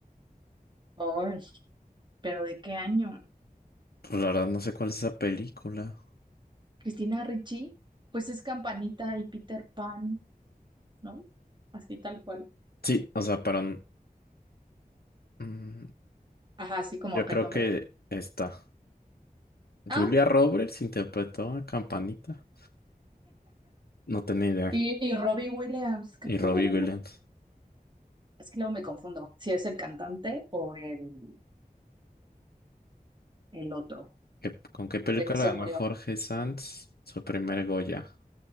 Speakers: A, on the right (about 30°); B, on the left (about 80°).
A: ay, pero ¿de qué año?
B: Pues la verdad no sé cuál es esa película.
A: Cristina Ricci, pues es Campanita y Peter Pan, ¿no? Así tal cual.
B: Sí, o sea, pero mm,
A: Ajá, así como
B: yo
A: que
B: creo
A: el nombre
B: que
A: de...
B: esta.
A: Ah,
B: Julia Roberts interpretó a Campanita. No tenía idea.
A: y, y Robbie Williams, creo
B: Y
A: que
B: Robbie
A: no- no,
B: Williams.
A: Es que luego me confundo si es el cantante o el, el otro,
B: ¿Qué- ¿Con qué película
A: el que se
B: ganó
A: murió.
B: Jorge Sanz su primer Goya?